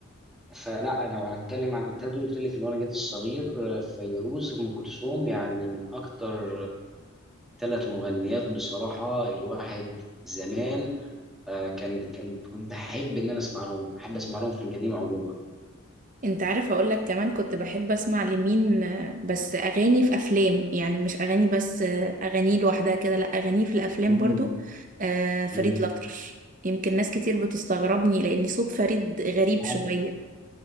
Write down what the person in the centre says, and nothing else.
فلا أنا لو هتكلم عن التلاتة دول قلت لك اللي هو نجاة الصغير آه، فيروز وأم كلثوم يعني من أكتر ثلاث مغنيات بصراحة الواحد زمان آه، كان كان كنت أحب إن أنا أسمع لهم أحب أسمع لهم في القديم عموما
مم.
مم.
اه